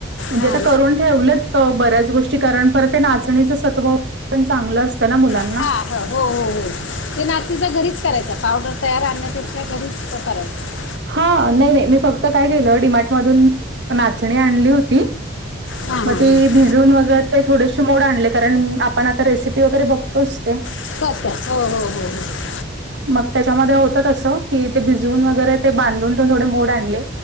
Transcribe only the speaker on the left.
हां
हा. हो हो हो ते नाचणीचं घरीचं करायचं पावडर तयार आणण्यापेक्षा घरीचं करायचं.
हां हां
हां
स <unintelligible> हो हो हो हो